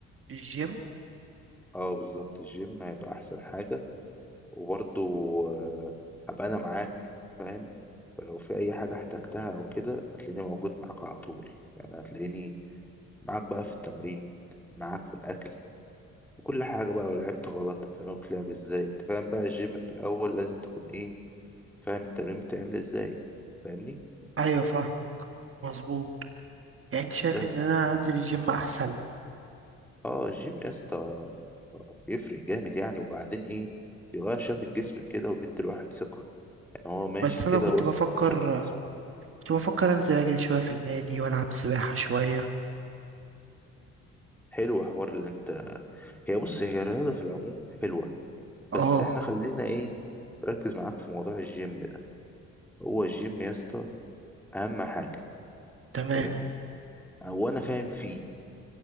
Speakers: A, on the right; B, in the centre.
A: الجيم
B: اه بالظبط الجيم هيبقى احسن حاجة وبرضه آه، هبقى انا معاك فاهم فلو في اي حاجة احتجتها او كده هتلاقيني موجود معاك على طول يعني هتلاقيني معاك بقى في التمرين معاك في الأكل في كل حاجة بقى لو لعبت غلط أفهمك لعب ازاي انت فاهم بقى الجيم في الأول لازم تكون ايه فاهم التمرين بتعمل ازاي فاهمني
A: ايوه فاهم مظبوط يعني انت شايف
B: بس
A: ان انا انزل الجيم احسن
B: اه الجيم يا اسطى يفرق جامد يعني وبعدين ايه بيغير شكل الجسم كده وبيدي الواحد ثقة يعني هو ماشي
A: بس انا
B: كده
A: كنت
B: بص
A: بفكر
B: شكل الجسم
A: كنت بفكر انزل اجري شويه في النادي والعب سباحه شويه
B: حلو حوار اللي انت هي بص هي الرياضة في العموم حلوة
A: اه
B: بس احنا خلينا ايه بركز معاك في موضوع الجيم ده هو الجيم يا اسطى أهم حاجة
A: تمام
B: فاهمني هو انا فاهم فيه